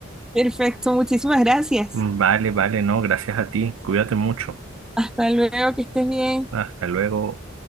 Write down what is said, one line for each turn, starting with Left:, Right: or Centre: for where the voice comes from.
Centre: Perfecto, muchísimas gracias.
Right: Mm, Vale, vale, no, gracias a ti. Cuídate mucho.
Centre: Hasta luego, que estés bien.
Right: Hasta luego.